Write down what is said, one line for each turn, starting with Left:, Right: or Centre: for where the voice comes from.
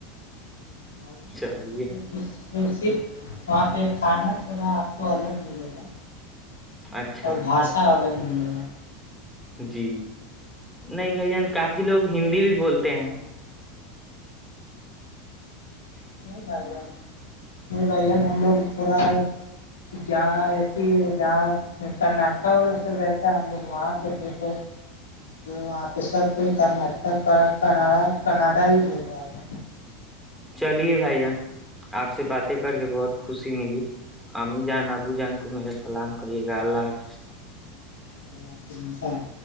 Left: بھائی ج
Centre: چلیے
Left: یہاں پہ کچ <unintelligible> تو صرف وہاں پہ کھانا تھوڑا آپ کو الگ ملےا
Centre: اچھا
Left: اور بھشا الگ <unintelligible> بلہ <unintelligible>
Centre: جی نہیں بھائی جان کافی لوگ ہندی بھی بولتے ہیں
Left: نہیں بھائی یار نہیں بھائیین ہم لوگ تھوڑا جہاں ای جہاں کرناٹک والا سب رہتا ہم لوگ وہاں پہ تھے تو وہاں پہ سب کوئی کرناٹکناا کناڈا ہی بول رہا تھا
Centre: چلیے بھائی جان آپ سے باتیں کر کے بہت خوشی ملی امی جان ابو جان کو میرا سلام کریے گا اللہ حافظ
Left: ال حفنس <unintelligible>